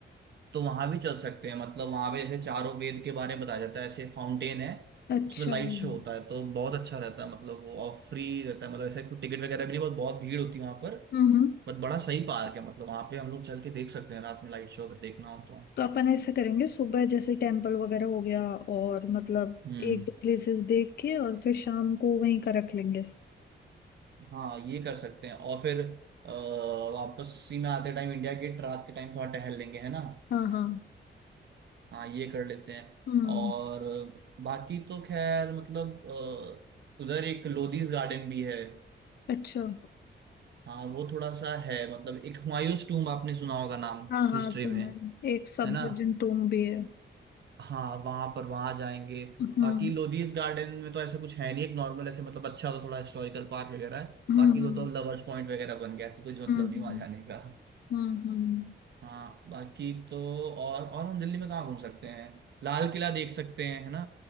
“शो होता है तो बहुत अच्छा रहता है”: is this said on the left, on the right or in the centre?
Right